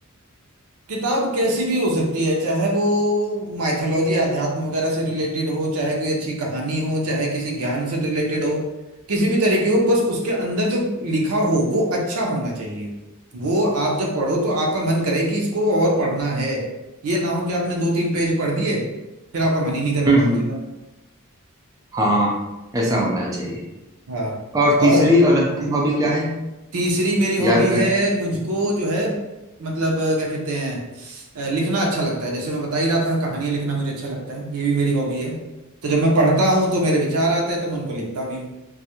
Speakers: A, on the right; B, on the right.
A: किताब कैसी भी हो सकती है चाहे वो माइथोलॉजी अध्यात्म वगैरह से रिलेटेड हो चाहे कोई अच्छी कहानी हो चाहे किसी ज्ञान से रिलेटेड हो किसी भी तरीके हो बस उसके अंदर जो लिखा हो वो अच्छा होना चाहिए वो आप जब पढ़ो तो आपका मन करे कि इसको और पढ़ना है ये ना हो कि आपने दो तीन पेज पढ़ दिए फिर आपका मन ही नहीं कर रहा
B: हम्म
A: पढ़ने
B: हम्म,
A: का
B: हाँ ऐसा
A: हम्म।
B: होना चाहिए
A: हाँ
B: और
A: और
B: तीसरी और अंतिम हॉबी क्या है
A: तीसरी मेरी हॉबी
B: याद कर
A: है मुझको जो है मतलब अ, क्या कहते हैं अ, लिखना अच्छा लगता है जैसे मैं बता ही रहा था कहानियां लिखना मुझे अच्छा लगता है ये भी मेरी हॉबी है तो जब मैं पढ़ता हूँ तो मेरे विचार आते हैं तो मैं उनको लिखता भी हूँ